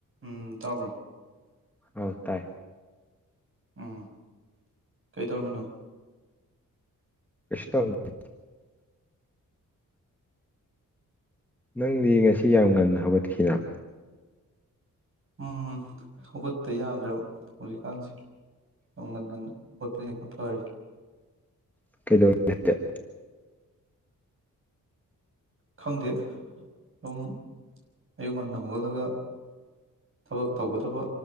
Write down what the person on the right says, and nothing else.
ꯎꯝ ꯇꯥꯕ꯭ꯔꯣ
ꯎꯝ ꯀꯩ ꯇꯧꯔꯝꯃꯤꯅꯣ
ꯎꯝ ꯍꯧꯒꯠꯇ ꯌꯥꯗ꯭ꯔꯕ ꯍꯧꯖꯤꯛꯀꯥꯟꯁꯦ <unintelligible> ꯍꯣꯠꯄꯅ ꯈꯔ ꯐꯔꯦ
ꯈꯪꯗꯦ ꯑꯗꯨꯝ ꯑꯌꯨꯛ ꯉꯟꯅ ꯍꯧꯒꯠꯂꯒ ꯊꯕꯛ ꯇꯧꯒꯗꯕ